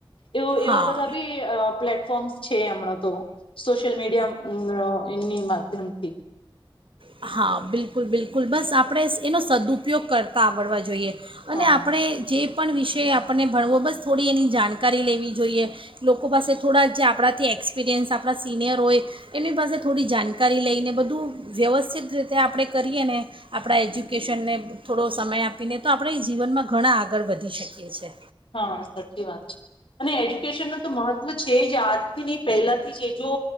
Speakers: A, on the left; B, on the right.
A: એવ એવા
B: હા
A: બધા બી પ્લેટ ફોર્મ છે હમણા તો સોશિયલ મીડિયાની માધ્યમથી
B: હા બિલકુલ બિલકુલ બસ આપણે એનો સદુપયોગ કરતાં આવડવા જોઈએ
A: હા
B: અને આપણે જે પણ વિષય આપણને ભણવો બસ થોડી એની જાણકારી લેવી જોઈએ લોકો પાસે થોડા જે આપણાથી એક્સપિરિયન્સ આપણા સિનિયર હોય એમની પાસે થોડી જાણકારી લઈને બધું વ્યવસ્થિત રીતે આપણે કરીએ ને આપણા એજ્યુકેશનને થોડો સમય આપીને તો આપણે જીવનમાં ઘણા આ આગળ વધી શકીએ છીએ
A: હા સાચી વાત છે અને એજ્યુકેશન ન તો મહત્વ છે જ આજની પહેલાથી છે જો